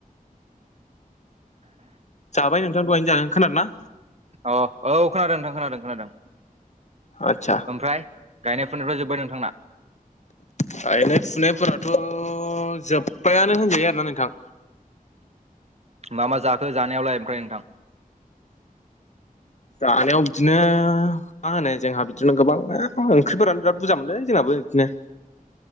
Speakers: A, on the left; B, on the right.
A: जाबाय नोंथां दहाय जागोन खोनाना?
B: अ औ खोनादों नोंथां खोनादों खोनादों।
A: आतसा।
B: ओमफ्राय गायनाय फुनायफ्रा जोब्बाय नोंथां?
A: गायनाय फुनायफोराथ' जोब्बायानो होनजायो आरोना नोंथां।
B: मा मा जाखो जानायावलाय ओमफ्राय नोंथां?
A: जानायाव बिदिनो मा होनो जोंहा बिदिनो गोबां ओंख्रिफोरानो बिराद बुरजा मोनलै जोंनाबो बिदिनो।